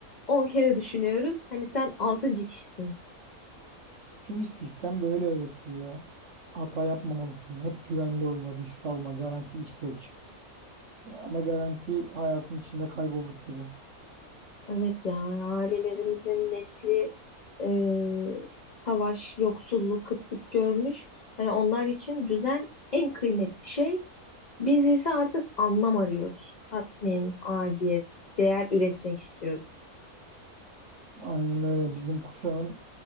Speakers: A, on the left; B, on the right.
A: On kere düşünüyoruz. Hani sen altıncı kişisin.
B: Çünkü sistem böyle öğretti bize. Hata yapmamalısın. Hep güvenli oyna, risk alma, garanti iş seç. Ama garanti hayatın içinde kaybolduk gibi.
A: Evet ya ailelerimizin nesli e, savaş, yoksulluk, kıtlık görmüş. Yani onlar için düzen en kıymetli şey. Biz ise artık anlam arıyoruz. Tatmin, aciyet, değer üretmek istiyoruz.
B: Aynen öyle. Bizim kuşağın